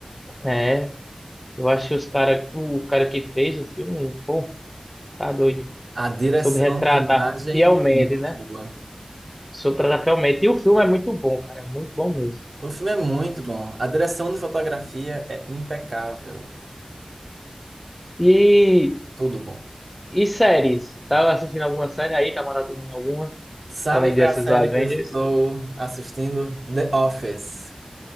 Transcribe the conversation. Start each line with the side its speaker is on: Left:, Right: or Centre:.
Left: É, eu acho que os cara, o cara que fez o filme, pô, tá doido.
Right: A direção
Left: Soube retratar
Right: de imagem
Left: fielmente,
Right: é muito
Left: né?
Right: boa.
Left: Soube retratar fielmente. E o filme é muito bom, cara. É muito bom mesmo.
Right: O filme é muito bom. A direção de fotografia é impecável.
Left: E
Right: Tudo bom.
Left: E séries? Tava assistindo alguma série aí? Tá maratonando alguma?
Right: Sabe
Left: Além
Right: qual
Left: dessas
Right: é a série
Left: do Avengers?
Right: que eu estou assistindo? The Office.